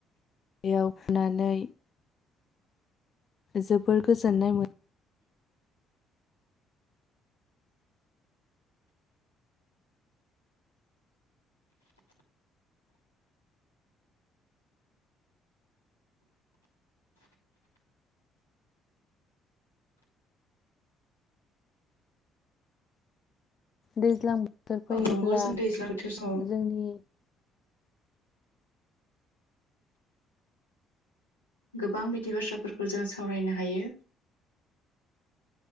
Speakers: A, on the left; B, on the left.
A: दैयाव फुनानै जोबोर गोजोननाय मोनो। दैज्लां बोथोर फैयोब्ला
B: औ नंगौ जों दैज्लां बोथोर समाव
A: जोंनि
B: गोबां बिदि बाथ्राफोरखौ जों सावरायनो हायो।